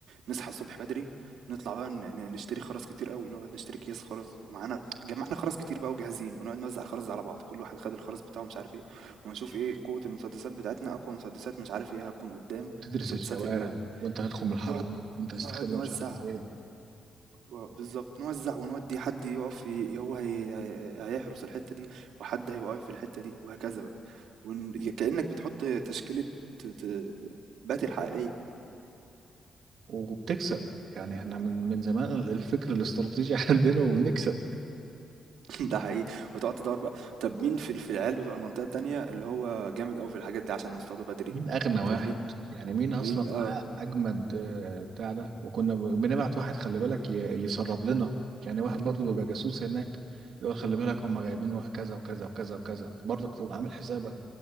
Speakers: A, on the right; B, on the right.
A: نصحى الصبح بدري نطلع بقى ن- ن- نشتري خرز كتير قوي نقعد نشتري اكياس خرز ومعانا جمعنا خرز كتير بقى وجاهزين ونقعد نوزع خرز على بعض كل واحد خد الخرز بتاعه مش عارف ايه ونشوف ايه قوة المسدسات بتاعتنا اقوى مسدسات مش عارف ايه هتكون قدام
B: تدرس
A: مسدسات
B: الشوارع
A: ال
B: وانت هتخرم الحاره
A: نقعد
B: دي وانت هتستخبى
A: نقعد نوزع
B: مش عارف فين
A: و- بالظبط نوزع ونودي حد يقف ي- هو هي... هي- هيحرس الحتة دي وحد هيبقى واقف في الحتة دي وهكذا بقى ون... كأنك بتحط تشكيلة د- د- باتل حقيقية
B: وبتكسب يعني احنا من من زمان الفكر الاستراتيجي <laughs> عندنا وبنكسب
A: <laughs> ده حقيقي وتقعد تدور بقى طب مين في في العيال بتوع المنطقة التانية اللي هو جامد أوي في الحاجات دي عشان نصطاده بدري
B: مين اغنى واحد
A: طب مين
B: يعني مين اصلا
A: مين اه
B: معاه اجمد آه، بتاع ده وكنا ب- بنبعت واحد خلي بالك ي- يسرب لنا يعني واحد برضه بيبقى جاسوس هناك يقول خلي بالك هم جايبين واحد كذا وكذا وكذا وكذا برضك تبقى عامل حسابك